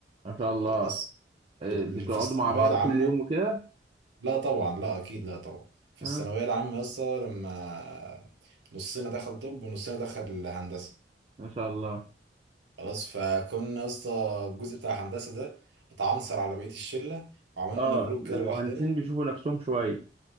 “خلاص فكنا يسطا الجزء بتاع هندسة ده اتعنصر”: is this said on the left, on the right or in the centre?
Right